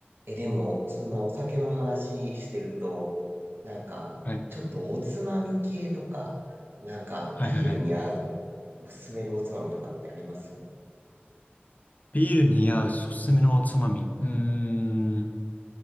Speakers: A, on the right; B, on the left.
A: え、でも、そんなお酒の話してると、なんか、
B: はい。
A: ちょっとおつまみ系とか、なんか、
B: はいはいはい。
A: ビールに合うおすすめのおつまみとかってあります
B: ビールに合うおすすめのおつまみ。うーん。